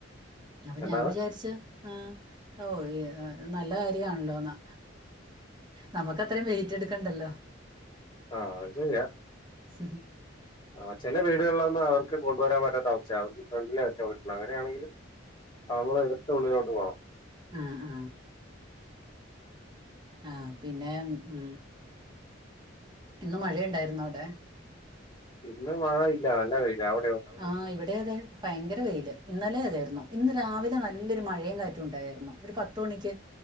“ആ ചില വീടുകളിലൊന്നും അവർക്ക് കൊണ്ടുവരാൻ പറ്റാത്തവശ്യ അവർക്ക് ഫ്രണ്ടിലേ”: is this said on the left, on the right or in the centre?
Left